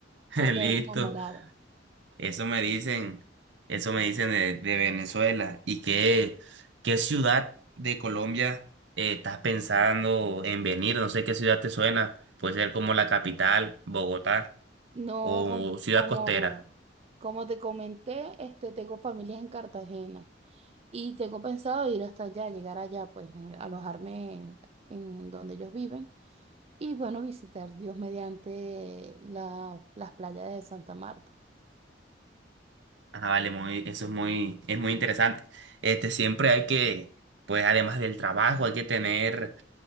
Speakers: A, on the right (about 70°); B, on the right (about 35°).
A: <laughs> Listo.
B: a quedar enamorado.
A: Eso me dicen, eso me dicen de, de Venezuela. ¿Y qué, qué ciudad de Colombia eh, estás pensando en venir? No sé qué ciudad te suena. Puede ser como la capital, Bogotá.
B: No,
A: o
B: como,
A: ciudad
B: como,
A: costera.
B: como te comenté, este, tengo familias en Cartagena. Y tengo pensado ir hasta allá, llegar allá, pues a- alojarme en donde ellos viven y bueno, visitar Dios mediante la- las playas de Santa Marta.
A: Ah, vale, muy, eso es muy, es muy interesante. Este, siempre hay que, pues además del trabajo, hay que tener